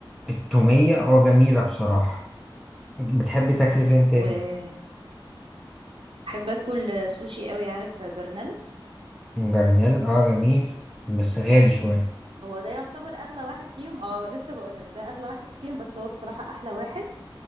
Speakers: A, in the centre; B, on the right.
A: التومية اه جميلة بصراحة بتحب تاكل فين تاني
B: وبحب اكل سوشي قوي عارف جرنال
A: جرنيل اه جميل بس غالي شوية
B: هو ده يعتبر اغلى واحد فيهم اه لسه بقول لك ده اغلى واحد فيهم بس هو بصراحة احلى واحد